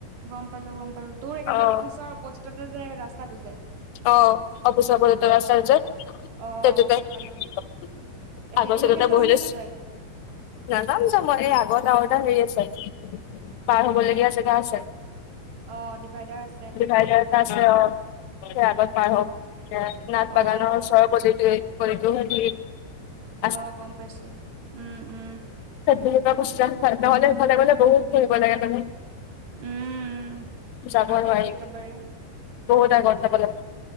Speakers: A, on the right (about 70°); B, on the left (about 75°).
A: গম পালো গম পালো তোৰ একেবাৰে
B: অ'
A: অফিচৰ অপজিততে যে ৰাস্তাটো যে।
B: অ অফিচৰ ৰাস্তাটো
A: অ'।
B: আছে যে
A: অ',
B: সেই
A: গম পালো
B: তোতে।
A: তে সেইটোলৈকে
B: আগৰ ছিটতে
A: যাও
B: বহি
A: নেকি
B: লৈছোঁ।
A: তই
B: নাদা আছ মই এই আগ দাওদা হেৰি আছে- পাৰ হ'বলগীয়া জেগা আছে,
A: অ', ডিভাইডাৰ আছে।
B: দিভাইডাৰ এটা
A: ভালে
B: আছে অ। সেই আগত পাৰ
A: অ',
B: হক, নাট
A: অ',
B: বাগানৰ ওচৰ পটো স-
A: অ গম পাইছো, উম উম।
B: সেইখিনিৰ পৰা <unintelligible> নহ'লে সেইফালে বহুত ঘূৰিব লাগে মানে।
A: উম,
B: যাব
A: আগেদি
B: নোৱাৰি,
A: একেবাৰে
B: বহুত আগত যাব লাগে।